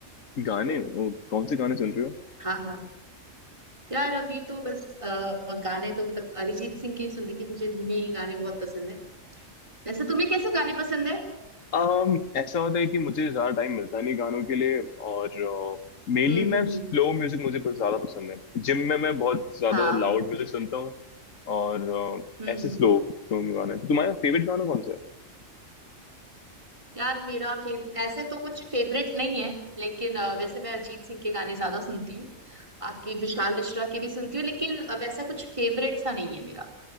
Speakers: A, on the left (about 80°); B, on the right (about 25°).
A: गाने
B: तो
A: ओ, कौन से गाने सुन रहे हो
B: हाँ हाँ यार अभी तो बस अ, गाने तो मतलब अरिजीत सिंह के ही सुन रही थी मुझे धीमे ही गाने बहुत पसंद है वैसे तुम्हें कैसे गाने पसंद है
A: um, ऐसा होता है कि मुझे ज्यादा टाइम मिलता नहीं गानों के लिए और मेनली
B: हम्म हम्म
A: मैं स्लो
B: हम्म
A: म्यूजिक मुझे बहुत ज्यादा पसंद है जिम में मैं बहुत ज्यादा
B: हाँ हम्म
A: लाउड म्यूजिक सुनता हूँ और
B: हम्म
A: अ, ऐसे
B: हम्म।
A: स्लो स्लो गाने तो तुम्हारा फेवरेट गाना कौन सा है
B: यार मेरा फेव ऐसे तो कुछ फेवरेट नहीं है लेकिन अ, वैसे मैं अरिजीत सिंह के गाने ज्यादा सुनती हूँ बाकी विशाल मिश्रा के भी सुनती हूँ लेकिन अ, वैसा कुछ फेवरेट सा नहीं है मेरा